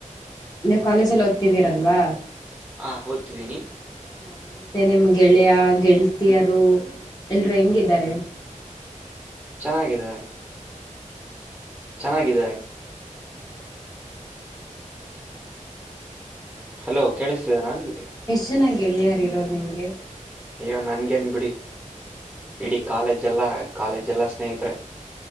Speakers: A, on the left (about 30°); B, in the centre.
A: ನೀವು ಕಾಲೇಜಲ್ಲಿ ಓದ್ತಿದ್ದೀರಲ್ವಾ
B: ಹಾ ಓದ್ತಿದ್ದೀನಿ.
A: ಹಾ ಮತ್ತೆ ನಿಮ್ ಗೆಳೆಯ ಗೆಳತಿಯರು ಎಲ್ರುೂ ಹೆಂಗಿದ್ದಾರೆ
B: ಚೆನ್ನಾಗಿದ್ದಾರೆ ಚೆನ್ನಾಗಿದ್ದಾರೆ ಹಲೋ ಕೇಳಿಸ್ತಿದೆ ನಾ ನಿಗೆ
A: ಚೆನ್ನಾಗ ಳಿಯಾರ ಇರೋದು ನಿಮ್ಗೆ
B: ಅಯ್ಯೋ ನನ್ಗೇನ್ ಬಿಡಿ
A: ಹ
B: ಇಡೀ ಕಾಲೇಜ್ ಎಲ್ಲ ಕಾಲೇಜೆಲ್ಲ ಸ್ನೇಹಿತರೆ